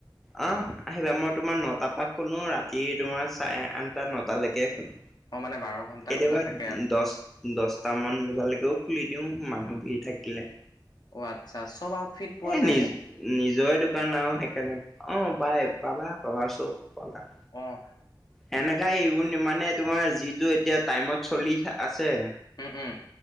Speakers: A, in the centre; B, on the left (about 60°).
A: অঁহ', আহিবা, মই তোমাৰ ন'টাপা খোলোঁ ৰাতি তোমাৰ চাৰে আঠটা, ন'টালেকে খোলোঁ।
B: অ', মানে বাৰ ঘণ্টা
A: কেতিয়াবা
B: খোলা থাকে আৰু
A: দহ- দহটামান বজালেকেওঁ খুলি দিওঁ মানুহ ভিৰ থাকিলে।
B: অ' আচ্ছা' চব আউটফিট- পোৱা
A: এ'
B: যায়নে
A: নিজ-নিজৰে দোকান আউ সেইকাৰণে, অঁ' পায়, পাবা-পাবা চব পাবা।
B: অঁ'।
A: এনেকাই এইবোন মানে তোমাৰ যিটো এতিয়া টাইমত চলি আছে।
B: উম-উম।